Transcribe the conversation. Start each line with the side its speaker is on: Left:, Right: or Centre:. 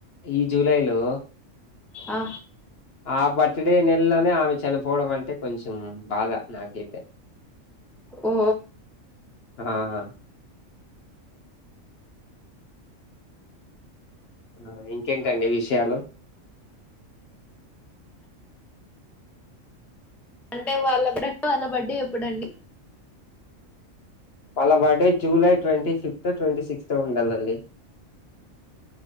Left: ఈ జూలై లో
Centre: ఆ
Left: ఆ బర్త్డే నెలలోనే ఆమె చనిపోవడం అంటే కొంచెం బాధ నాకైతే.
Centre: ఓ
Left: ఆహా ఆ ఇంకేంటండి విషయాలు
Centre: అంటే వాళ్ళగూడా వాళ్ళ బర్డే ఎప్పుడండి.
Left: వాళ్ళ birthday July twenty fifth twenty sixth ఉండాలండి.